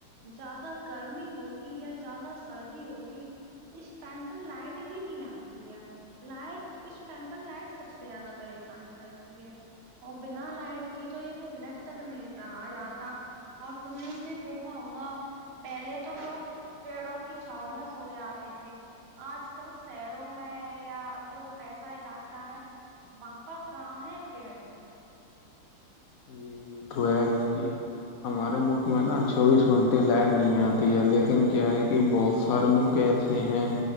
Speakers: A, on the right; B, on the left.
A: زیادہ گرمی ہوگی یا زیادہ سردی ہوگی اس ٹائم پر لائٹ بھی نہیں آتی ہے لائٹ اس ٹائم پر لائٹ سب سے زیادہ پریشان کرتی ہے اور بنا لائٹ کے تو ایک منٹ تک نہیں رہا جاتا اور تمہ نے دیکھا ہوگا پہلے تو لوگ پیڑوں کی چھاؤ میں سو جاتے تھے آج کل شہروں میں یا جو پیسہ علاقہ ہے وہاں پر کہاں ہے پیڑ
B: جی یہ ا تو ہے کہ ہمارے ملک میں نا چوبیس گھنٹے لائٹ نہیں آتی ہے لیکن کیا ہے کہ بہت سارے ملک ایسے ہیں